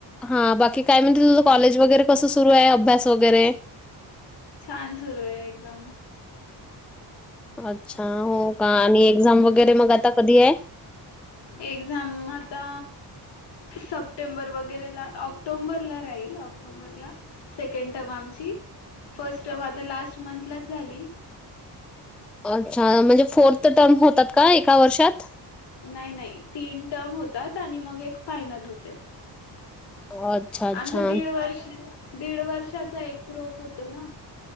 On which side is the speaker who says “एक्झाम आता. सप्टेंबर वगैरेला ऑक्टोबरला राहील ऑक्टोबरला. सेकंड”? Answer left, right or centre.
Left